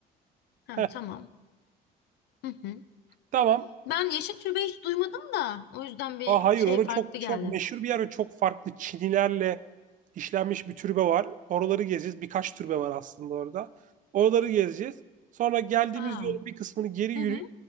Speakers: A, on the left; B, on the right.
A: ha
B: Heh,
A: tamam. Hı hı.
B: tamam.
A: Ben yeşil türbe hiç duymadım da o yüzden bir
B: Aa, hayır
A: şey
B: orada
A: farklı
B: çok
A: geldi.
B: çok meşhur bir yer ve çok farklı çinilerle işlenmiş bir türbe var. Oraları gezeceğiz. Birkaç türbe var aslında orada. Oraları gezeceğiz. Sonra geldiğimiz
A: Aa.
B: yolun bir kısmını geri
A: Hı
B: yürüyüp
A: hı.